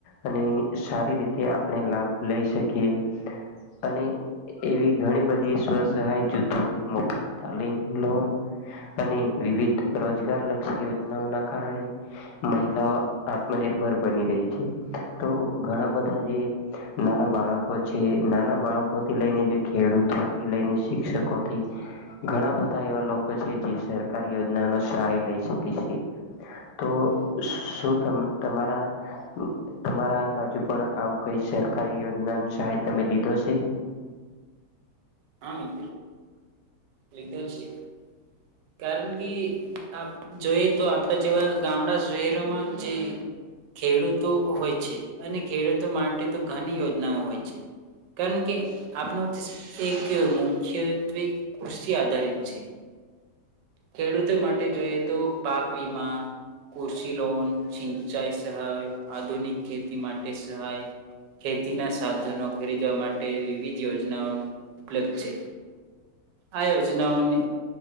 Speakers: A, on the left; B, on the right.
A: અને સારી રીતે આપણે લાભ લઈ શકીએ અને એવી ઘણી બધી સ્વ સહાય જૂથો મફત તાલીમ લોન અને વિવિધ રોજગાર લક્ષી યોજનાઓના કારણે મહિલાઓ આત્મનિર્ભર બની રહી છે તો ઘણા બધા જે નાના બાળકો છે નાના બાળકોથી લઈને જે ખેડૂતોથી લઈને શિક્ષકોથી ઘણા બધા એવા લોકો છે જે સરકાર યોજના ન સહાય લઈ શકે છે તો શું તમારા તમારા બાજુ પણ આવું કઈ સરકારી યોજના ન સહાય તમે લીધો છે
B: હા મિત લીધો છે કારણ કે આપ જોઈએ તો આપણા જેવા ગામડા શહેરોમાં જે ખેડૂતો હોય છે અને ખેડૂતો માટે તો ઘણી યોજનાઓ હોય છે કારણ કે આપણ એક મુખ્યત્વે કૃષિ આધારિત છે ખેડૂતો માટે જોઈએ તો પાક વીમા કુરશી લોન સિંચાઈ સહાય આધુનિક ખેતી માટે સહાય ખેતીના સાધનો ખરીદવા માટે વિવિધ યોજનાઓનો ઉપલબ્ધ છે આ યોજનાઓને